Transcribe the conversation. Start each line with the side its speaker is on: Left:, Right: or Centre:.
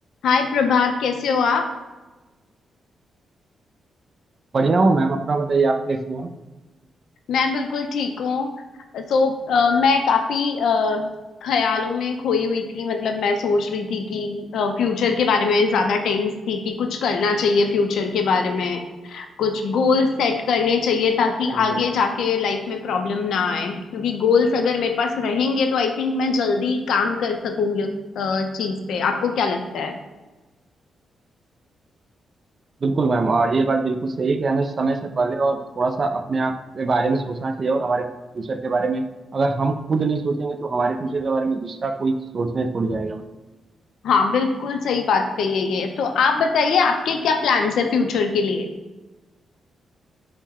Left: हाय प्रभात कैसे हो आप
Right: बढ़िया हूँ मैम अपना बताइए आप कैसे हो
Left: मैं बिल्कुल ठीक हूँ सो अ, मैं काफी अ, ख्यालों में खोई हुई थी मतलब मैं सोच रही थी कि फ्यूचर के बारे में ज्यादा टेंस थी कि कुछ करना चाहिए फ्यूचर के बारे में कुछ गोल सेट करने चाहिए ताकि
Right: बिल्कुल
Left: आगे जाके लाइफ में प्रॉब्लम ना आए क्योंकि गोल्स अगर मेरे पास रहेंगे तो आई थिंक मैं जल्दी काम कर सकूंगी उस चीज पे आपको क्या लगता है
Right: बिल्कुल मैम और ये बात बिल्कुल सही है कि हमें समय से पहले और थोड़ा सा अपने आप के बारे में सोचना चाहिए और हमारे फ्यूचर के बारे में अगर हम खुद नहीं सोचेंगे तो हमारे फ्यूचर के बारे में दूसरा कोई सोचने छोड़ जाएगा
Left: हाँ बिल्कुल सही बात कही है ये तो आप बताइए आपके क्या प्लान्स है फ्यूचर के लिए